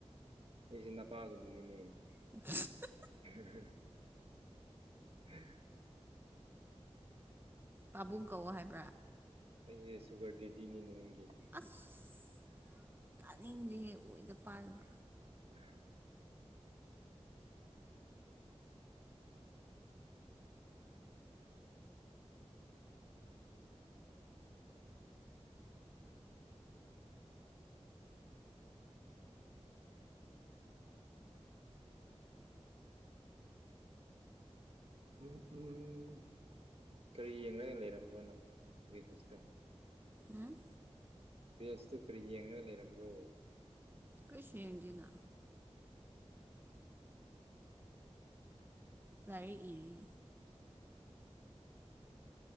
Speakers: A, on the right; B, on the right.
A: ꯑꯩꯖꯦ ꯅꯄꯥꯒꯨꯝꯕꯅꯤꯅꯦ
B: <inaudible>
A: ꯍꯥꯍꯥꯍꯥ ꯑꯍ
B: ꯄꯥꯕꯨꯡ ꯀꯧꯑꯣ ꯍꯥꯏꯕ꯭ꯔꯥ
A: ꯑꯩꯖꯦ ꯁꯨꯨꯒꯔ ꯗꯦꯗꯤꯅꯤꯅꯦ ꯅꯪꯒꯤ
B: ꯑꯁꯁ ꯇꯥꯅꯤꯡꯗꯦꯍꯦ ꯑꯣꯏꯗ ꯄꯥꯗꯕ
A: <unintelligible> ꯎꯝ ꯎꯝ ꯀꯔꯤ ꯌꯦꯡꯂꯒ ꯂꯩꯔꯝꯕ꯭ꯔꯣ ꯅꯪ ꯔꯤꯜꯂꯇꯣ
B: ꯎꯝ
A: ꯄꯦꯁꯇꯨ ꯀꯔꯤ ꯌꯦꯡꯂꯒ ꯂꯩꯔꯝꯕ꯭ꯔꯣ
B: ꯀꯔꯤꯁꯨ ꯌꯦꯡꯗꯦꯅ ꯂꯥꯢꯔꯤꯛ ꯏꯔꯤ